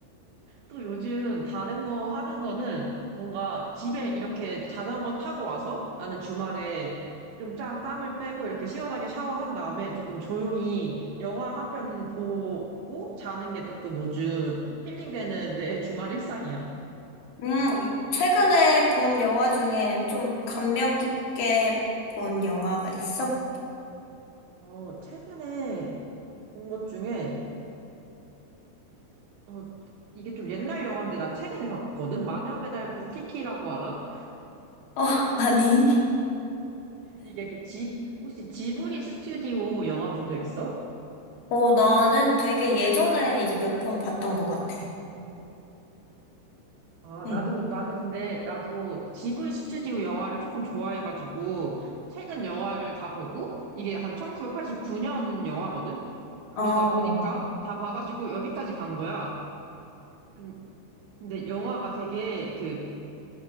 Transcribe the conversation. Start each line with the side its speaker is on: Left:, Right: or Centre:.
Right: 또 요즘 다른 거 하는 거는 뭔가 집에 이렇게 자전거 타고 와서 나는 주말에 좀 짠, 땀을 빼고 이렇게 시원하게 샤워한 다음에 조금 조용히 영화 한 편 보고 자는 게 조금 요즘 힐링되는 내 주말 일상이야.
Left: 음, 최근에 본 영화 중에 좀 감명 깊게 본 영화가 있어?
Right: 어, 최근에 본 것 중에 어, 이게 좀 옛날 영화인데 난 최근에 봤거든. 마녀배달부 키키라고 알아?
Left: 어, <laughs> 아니.
Right: 이게 그 지 혹시 지브리 스튜디오 영화 본 적 있어?
Left: 어, 나는 되게 예전에 이제 몇 편 봤던 것 같아.
Right: 아, 나도,
Left: 응.
Right: 나는 근데, 나도 지브리 스튜디오 영화를 조금 좋아해가지고, 최근 영화를 다 보고, 이게 한 1989년 영화거든? 그러다
Left: 어,
Right: 보니까
Left: 어.
Right: 다 봐가지고 여기까지 간 거야. 근- 근데 영화가 되게, 그,